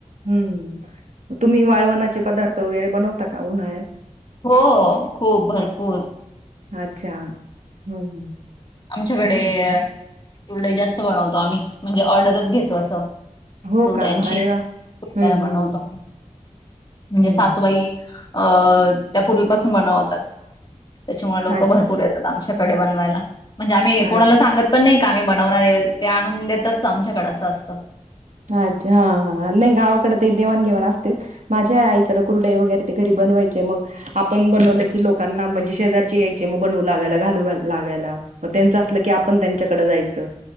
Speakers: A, on the right; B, on the left.
A: हम्म, म तुम्ही वाळवणाचे पदार्थ वगैरे बनवता का उन्हाळ्यात?
B: हो हो, खूप भरपूर.
A: अच्छा, हम्म हम्म.
B: आमच्याकडे अ कुरडई जास्त बनवतो आम्ही, म्हणजे ऑर्डरच घेतो असं.
A: हो
B: कुरड्यांची,
A: का अरे वा हम्म
B: कुरडया बनवतो
A: हम्म हम्म
B: आम्ही. म्हणजे
A: हम्म
B: सासूबाई अं त्या पूर्वीपासून बनवतात. त्याच्यामुळे लोकं
A: अच्छा
B: भरपूर येतात आमच्याकडे बनवायला, म्हणजे आम्ही कोणाला
A: अच्छा
B: सांगत पण नाही. का आम्ही बनवणार आहे, ते आणून देतात आमच्याकडं असं असतं.
A: अच्छा, हा हा नाही गावाकडे ते देवाणघेवाण असतेत, माझ्याही आईकडं कुरडई वगैरे ते घरी बनवायचे मग, आपण बनवले
B: हम्म
A: की लोकांना म्हणजे शेजारचे यायचे म बनवू लागायला घालू ग लागायला, म त्यांचं असलं की आपण त्यांच्याकडं जाय च